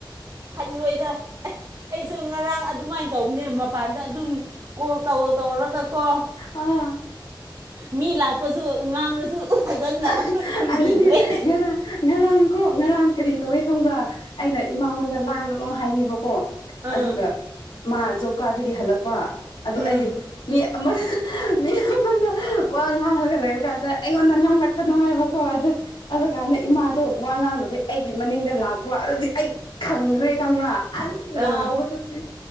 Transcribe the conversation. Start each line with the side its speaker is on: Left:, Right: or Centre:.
Right: ꯂꯣꯏꯗ ꯑꯦ ꯑꯩꯁꯨ ꯉꯔꯥꯡ ꯑꯗꯨꯃꯥꯏꯅ ꯇꯧꯕꯅꯦ ꯀꯥꯟꯗ ꯑꯗꯨꯝ ꯀꯣꯜ ꯇꯧꯔ ꯇꯧꯔꯒꯀꯣ
Left: ꯑꯥ
Right: ꯃꯤ ꯂꯥꯛꯄꯁꯨ ꯉꯥꯡꯂꯁꯨ ꯐꯖꯅ
Left: ꯑꯍ
Right: ꯈꯨꯝꯕꯤꯗ꯭ꯔꯦ
Left: ꯑꯗꯨꯅꯦ ꯉꯔꯥꯡ ꯉꯔꯥꯡ ꯀꯣ ꯉꯔꯥꯡ ꯀꯔꯤ ꯇꯧꯋꯦ ꯈꯪꯕ꯭ꯔꯥ ꯑꯩꯅ ꯏꯃꯥꯉꯣꯟꯗ ꯂꯥꯡꯒꯅꯣ ꯍꯥꯏꯕꯤꯕꯀꯣ
Right: ꯑꯥ
Left: ꯑꯗꯨꯒ ꯃꯥ ꯖꯣꯞ ꯀꯥꯔꯗꯗꯒꯤ ꯍꯜꯂꯛꯄ ꯑꯗꯣ
Right: ꯎꯝ
Left: ꯑꯩ ꯃꯤ ꯑꯃ ꯑꯍ ꯃꯤ ꯑꯃꯅ ꯋꯥ ꯉꯥꯡꯉꯒ ꯂꯩꯕ ꯀꯥꯟꯗ ꯑꯩꯉꯣꯟꯗ ꯉꯥꯡꯂꯛ ꯀꯅꯣ ꯍꯥꯏꯕꯀꯣ ꯑꯗꯨ ꯑꯗꯨ ꯀꯥꯟꯗ ꯏꯃꯥꯗꯣ ꯋꯥ ꯉꯥꯡꯗꯕꯤ ꯑꯩꯒꯤ ꯃꯅꯤꯡꯗ ꯂꯥꯛꯄ ꯑꯗꯨꯗꯤ ꯑꯩ ꯈꯪꯒ꯭ꯔꯦ ꯈꯪꯕ꯭ꯔꯥ ꯑꯁ ꯂꯥꯎꯕꯗꯇ
Right: ꯑꯥ
Left: ꯁꯤ